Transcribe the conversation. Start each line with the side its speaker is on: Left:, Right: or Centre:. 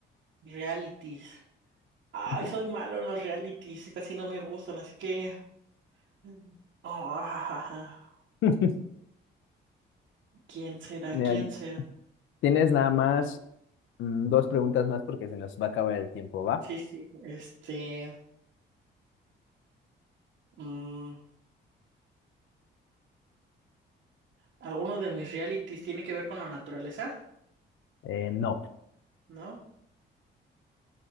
Right: Realities. Ay,
Left: Ujú.
Right: soy malo en los realities, casi no me gustan, así que... Mm. Ah,
Left: <laughs>
Right: ¿Quién será?
Left: Mira,
Right: ¿Quién será?
Left: tienes nada más mm, dos preguntas más porque se nos va a acabar el tiempo, ¿va?
Right: Sí, sí, este... mm, ¿alguno de mis realities tiene que ver con la naturaleza?
Left: Eh, no.
Right: ¿No?